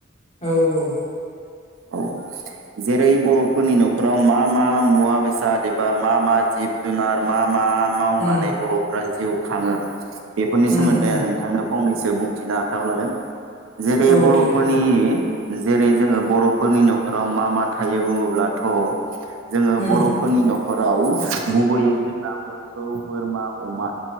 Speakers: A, on the left (about 30°); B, on the right (about 75°).
A: औ औ
B: औ जेरै बर'फोरनि न'खराव मा मा मुवा बेसाद एबा मा मा जिब जुनार मा मा मावनानै
A: उम
B: बर'फोरा जिउ खाङो बेफोरनि
A: उम
B: सोमोन्दै
A: उम
B: आं नोंथांनो फंनैसो बुंथिनो आखायाव लादों जेरै
A: औ
B: बर'फोरनि
A: दे दे बुं
B: जेरै जोङो बर' फोरनि न'खराव मा मा थायो बुङोब्लाथ' जोङो
A: उम
B: बर'फोरनि न'खर नखराव गुबैयै जोंना मोसौ बोरमा अमा